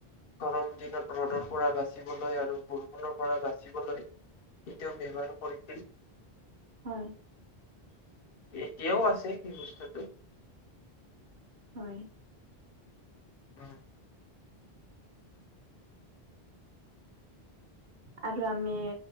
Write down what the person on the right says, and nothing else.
হয়।
হয়।
আৰু আমি